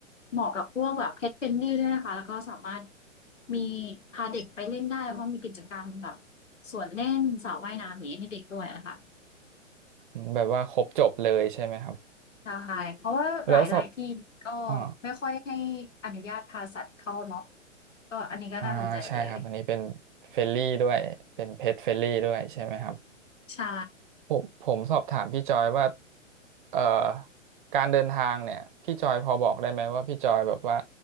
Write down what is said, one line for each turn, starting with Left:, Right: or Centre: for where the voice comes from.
Left: เหมาะกับพวกแบบ Pet Friendly ด้วยนะคะแล้วก็สามารถมีพาเด็กไปเล่นได้เพราะมีกิจกรรมแบบสวนเล่นสระว่ายน้ำอย่างนี้ให้เด็กด้วยอะค่ะ
Right: อืมแบบว่าครบจบเลยใช่ไหมครับ
Left: ใช่เพราะว่าหลายๆที่ก็
Right: แล้วสอบอ่า
Left: ไม่ค่อยให้อนุญาตพาสัตว์เข้าเนาะก็อันนี้ก็น่าสนใจเลย
Right: อ่าใช่ครับอันนี้เป็นเฟรลี่ด้วยเป็นเพจเฟรลี่ด้วยใช่ไหมครับ
Left: ใช่
Right: ผมผมสอบถามพี่จอยว่าเอ่อการเดินทางเนี่ยพี่จอยพอบอกได้ไหมว่าพี่จอยแบบว่า